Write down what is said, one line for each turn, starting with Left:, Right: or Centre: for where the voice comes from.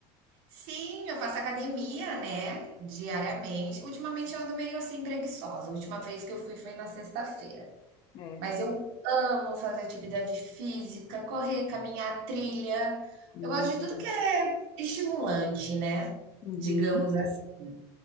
Right: Sim, eu faço academia, né? Diariamente. Ultimamente eu ando meio assim preguiçosa. A última vez que eu fui foi na sexta-feira.
Left: É.
Right: Mas eu amo fazer atividade física, correr, caminhar, trilha.
Left: Hum,
Right: Eu gosto de tudo que é estimulante, né?
Left: uhum.
Right: Digamos assim.